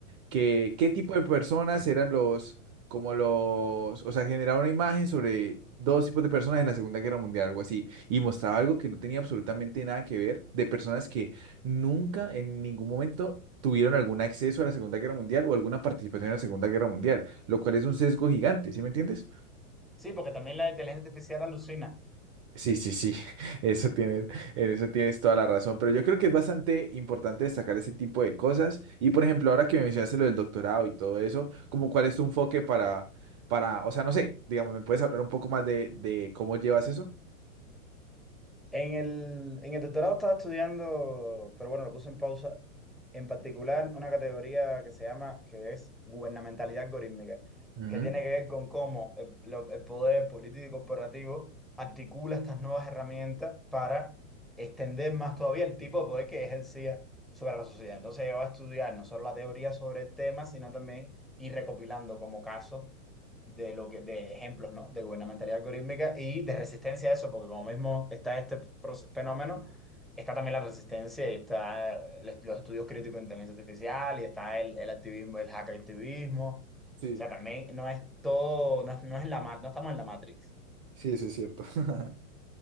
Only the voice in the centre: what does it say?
Sí, porque también la inteligencia artificial alucina.
En el, en el doctorado estaba estudiando, pero bueno, lo puse en pausa, en particular una categoría que se llama, que es gubernamentalidad algorítmica,
que tiene que ver con cómo el, lo- el poder político y corporativo articula estas nuevas herramientas para extender más todavía el tipo de poder que ejercía sobre la sociedad. Entonces, yo va a estudiar no solo la teoría sobre el tema, sino también ir recopilando como casos de lo que, de ejemplos, ¿no? De gubernamentalidad algorítmica y de resistencia a eso, porque como mismo está este proce- fenómeno, está también la resistencia y está el- los estudios críticos de inteligencia artificial y está el, el activismo, el hackactivismo.
O sea, también no es todo, no, es- no es la, ma- no estamos en la Matrix.